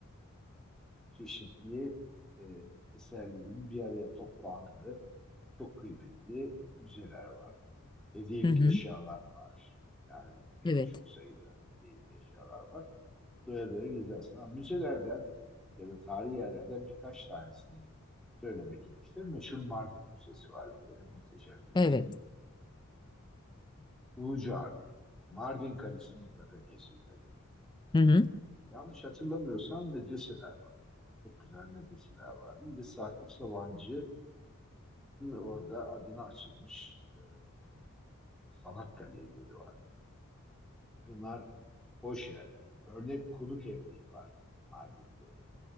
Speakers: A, in the centre; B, on the left.
A: çeşitli e, eserlerin bir araya toplandığı çok kıymetli müzeler var. Hediyelik
B: hı hı.
A: eşyalar var. Yani yine
B: Evet.
A: çok sayıda hediyelik eşyalar var. Doya doya gezersin. Ama müzelerden ya da tarihi yerlerden birkaç tanesini söylemek gerekirse meşhur Mardin Müzesi var bir kere. Muhteşem bir müze.
B: Evet.
A: Ulu Cami, Mardin Kalesi mutlaka gezilmeli.
B: Hı hı.
A: Yanlış hatırlamıyorsam medreseler vardı. Çok güzel medreseler vardı. Bir de Sakıp Sabancı'nın orada adına açılmış e, sanat galerileri var. Bunlar hoş yerler. Örnek konuk evleri var Mardin'de.